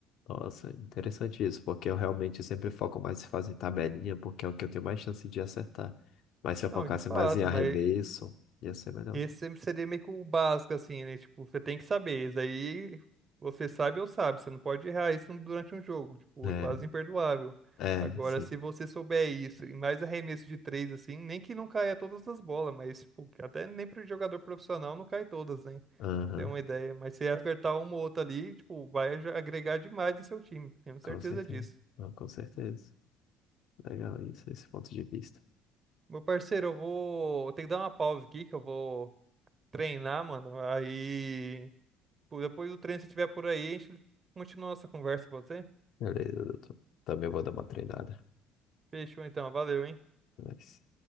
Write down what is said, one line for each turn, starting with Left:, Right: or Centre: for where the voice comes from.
Left: Nossa, interessante isso, porque eu realmente sempre foco mais em fazer tabelinha, porque é o que eu tenho mais chance de acertar. Mas se eu focasse
Right: Não, de fato,
Left: mais em arremesso,
Right: mas
Left: ia ser melhor.
Right: Esse sempre seria meio que o básico, assim, né? Tipo, você tem que saber. Isso aí você sabe ou sabe. Você não pode errar isso durante um jogo. Tipo,
Left: É,
Right: é quase imperdoável.
Left: é,
Right: Agora,
Left: sim.
Right: se você souber isso, e mais arremesso de três, assim, nem que não caia todas as bolas, mas, tipo, que até nem pro jogador profissional não cai todas, né?
Left: Aham,
Right: Pra ter uma ideia. Mas se acertar uma ou outra ali, tipo, vai aj- agregar demais no seu time. Tenho certeza
Left: com certeza.
Right: disso.
Left: Não, com certeza. Legal isso, esse ponto de vista.
Right: Meu parceiro, eu vou. Eu tenho que dar uma pausa aqui, que eu vou treinar, mano. Aí. Pô, Depois do treino, se tiver por aí, a gente continua nossa conversa, pode ser?
Left: Beleza, doutor. Também vou dar uma treinada.
Right: Fechou então, valeu, hein?
Left: Mas...